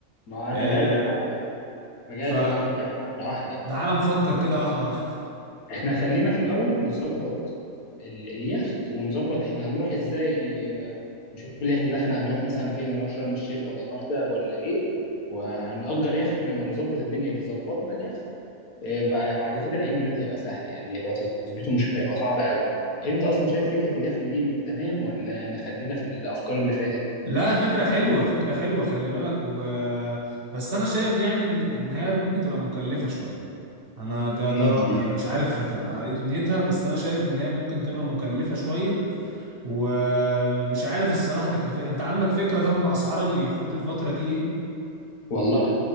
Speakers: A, on the left; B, on the right.
A: ما انا
B: آه
A: جاي لك بقى انا جاي
B: ف
A: لك بقى في الكلام واحدة واحدة
B: تعالى نفكر كده واحدة واحدة
A: احنا خلينا في الاول نظبط ال- اليخت ونظبط احنا هنروح ازاي آه، نشوف اليخت ده احنا هنروح مثلا فين هنروح شرم الشيخ ولا هنروح دهب ولا ايه وهنأجر يخت لما نظبط الدنيا دي ظبطنا اليخت آه، بقى بعد كده العيد ميلاد هيبقى سهل يعني يبقى تظبيطه مش هيبقى صعب قوي انت اصلا شايف فكره اليخت دي تمام ولا نخلينا في الافكار اللي فاتت
B: لا فكرة حلوة فكرة حلوة خلي بالك و... بس انا شايف يعني ان إن هي ممكن تبقى مكلفة شوية انا ده
A: مم.
B: ده رأيي يعني مش عارف هتبقى ايه دنيتها بس انا شايف ان هي ممكن تبقى مكلفة شوية ومش عارف الصراحة تكلفة انت عندك فكرة طب اسعار اليخوت الفترة دي ايه
A: والله